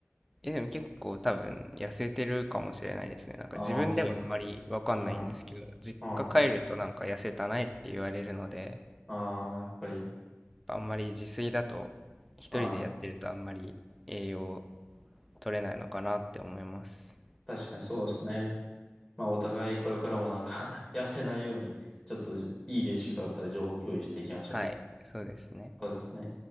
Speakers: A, in the centre; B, on the left.
A: いや、でも結構多分痩せてるかもしれないですね。なんか自分ではあんまりわかんないんですけど、
B: ああー、本当ですかはい。
A: 実家帰るとなんか痩せたねって言われるので、
B: はいはい。ああ、やっぱり、
A: あんまり自炊だと一人でやってるとあんまり栄養
B: はい。
A: 取れないのかなって思います。
B: 確かにそうですね。まあ、お互いこれからもなんか <laughs> 痩せないように、ちょっといいレシピとかあったら情報共有していきましょう。
A: はい、そうですね。
B: そうですね。